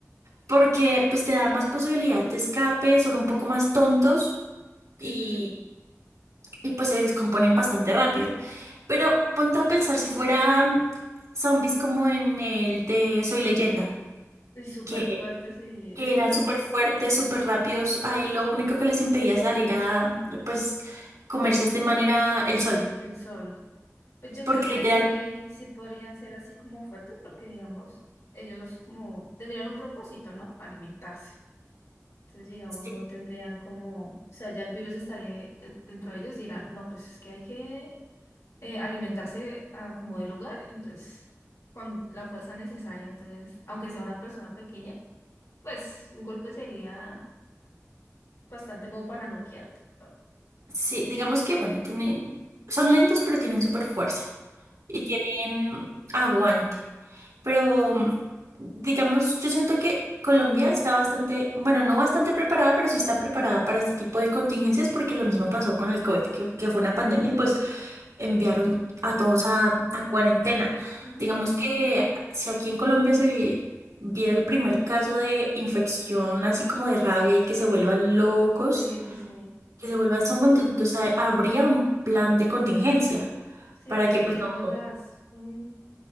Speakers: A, on the right; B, on the left.
A: porque pues te da más posibilidad de escape, son un poco más tontos y,
B: Ujú.
A: y pues se descomponen bastante rápido. Pero ponte a pensar si fueran zombies como en el de Soy Leyenda,
B: Y súper
A: que,
B: fuertes y
A: que
B: <laughs> súper
A: eran súper
B: mega-
A: fuertes, súper rápidos. Ahí lo único que les impedía salir a, pues, comerse de manera el sol.
B: el sol. Pues yo
A: Porque
B: creo que
A: literal,
B: sí, sí podrían ser así como fuertes porque, digamos, ellos como tendrían un propósito, ¿no? Alimentarse. Entonces, digamos,
A: sí,
B: no tendrían como, o sea, ya el virus estaría de- dentro de ellos y dirán, no, pues es que hay que eh, alimentarse ah, como del hogar, entonces con la fuerza necesaria, entonces, aunque sea una persona pequeña, pues un golpe sería bastante como para noquearte. Ah.
A: sí, digamos que, bueno, tienen, son lentos, pero tienen súper fuerza. y tienen aguante. Pero, mm, digamos, yo siento que Colombia está bastante, bueno, no bastante preparada, pero sí está preparada para este tipo de contingencias porque lo mismo pasó con el COVID, que, que fue una pandemia y pues enviaron a todos a, a cuarentena.
B: Ujú,
A: Digamos
B: ujú.
A: que si aquí en Colombia se vi- viera el primer caso de infección, así como de rabia y que se vuelvan locos,
B: Sí, sí, sí.
A: que se vuelvan zombies, entonces ha- habría un plan de contingencia
B: Sí,
A: para
B: de-
A: que pues
B: digamos
A: no.
B: las un,